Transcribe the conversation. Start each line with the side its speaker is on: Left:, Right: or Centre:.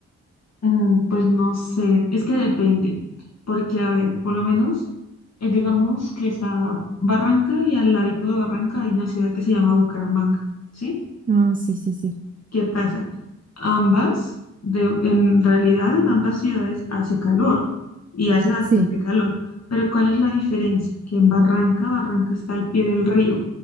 Left: Mm, Pues no sé, es que depende, porque a ver, por lo menos, eh, digamos que está Barranca y al ladito de Barranca hay una ciudad que se llama Bucaramanga, ¿sí?
Right: Ah, sí, sí, sí.
Left: ¿Qué pasa? Ambas, de- en realidad en ambas ciudades hace calor y hace bastante
Right: Sí,
Left: calor, pero ¿cuál es la diferencia? Que en Barranca, Barranca está al pie del río,